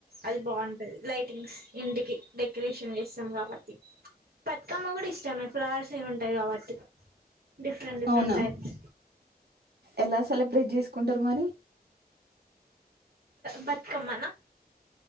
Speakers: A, on the right; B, on the right.
A: అది బాగుంటది లైటింగ్స్ ఇంటికి డెకరేషన్ చేస్తాం కాబట్టి బతుగమ్మ ఇష్టామ ఫ్లవర్స్ ఏమి ఉంటాయి కాబట్టి. డిఫరెంట్ డిఫరెంట్
B: అవునా
A: టైప్స్
B: ఎలా సెలబ్రేట్ చేసుకుంటే అంట మరి
A: బతుకమ్మన